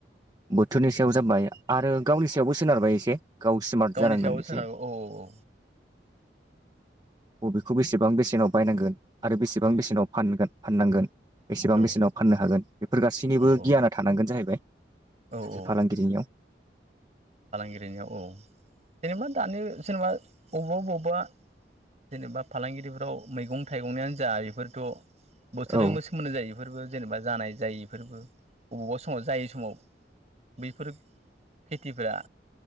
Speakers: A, on the right; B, on the right.
A: बोथोरनि सायाव जाबाय आरो गावनि सायावबो सोनारबाय एसे गाव स्मार्ट
B: गावनि
A: जानांगोन
B: सायाव
A: एसे
B: सोनारो औ औ औ
A: बबेखौ बेसेबां बेसेनाव बायनांगोन आरो बेसेबां बेसेनाव फानगोन फाननांगोन बेसेबां
B: औ
A: बेसेनाव फाननो हागोन बेफोर गासैनिबो
B: औ
A: गियाना थानांगोन जाहैबाय
B: औ
A: सासे
B: औ
A: फालांगिरिनियाव
B: फालांगिरिनियाव औ जेनेबा दानि जेनेबा अबबा अबावबा जेनेबा फालांगिरिफोराव मैगं थाइगंनियानो जा इफोरथ' बोथोरजोंबो
A: औ
B: सोमोन्दो जायो फोरबो जेनेबा जानाय जायैफोरबो बबावबा समाव जायि समाव बैफोर खेथिफ्रा